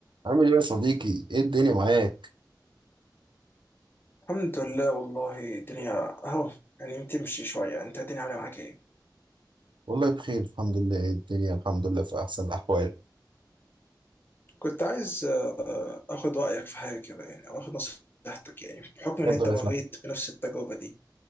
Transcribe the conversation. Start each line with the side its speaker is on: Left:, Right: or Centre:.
Right: عامل ايه يا صديقي؟ ايه الدنيا معاك؟
Left: الحمد لله والله الدنيا اهو يعني بتمشي شوية انت الدنيا عاملة معاك ايه؟
Right: والله بخير الحمد لله ايه الدنيا الحمد لله في أحسن الأحوال
Left: كنت عايز آه، اخد رأيك في حاجة كده يعني او اخد نصيحتك يعني بحكم ان
Right: اتفضل
Left: انت مريت
Right: يا فندم
Left: بنفس التجربة دي